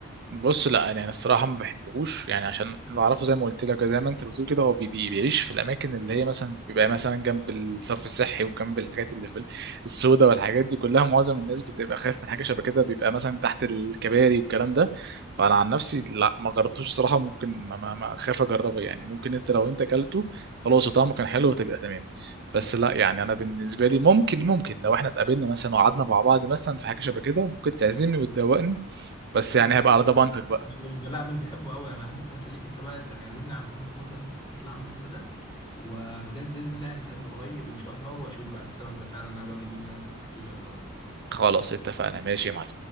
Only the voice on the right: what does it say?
بص لا يعني انا الصراحه ما بحبهوش يعني عشان اللي اعرفه زي ما قلت لك زي ما انت بتقول كده هو بي بي بيعيش في الاماكن اللي هي مثلا بيبقى مثلا جنب الصرف الصحي وجنب الحاجات اللي في السوداء والحاجات دي كلها معظم الناس بتبقى خايف من حاجه شبه كده بيبقى مثلا تحت الكباري والكلام ده فانا عن نفسي لا ما جربتوش صراحه ممكن ما ما, ما خايف اجربه يعني ممكن انت لو انت اكلته خلاص وطعمه كان حلو وتبقى تمام بس لا يعني انا بالنسبه لي ممكن ممكن لو احنا اتقابلنا مثلا وقعدنا مع بعض مثلا في حاجه شبه كده ممكن تعزمني وتدوقني بس
يعني
هبقى
على ضمانتك
بقى
خلاص اتفقنا ماشي يا معلم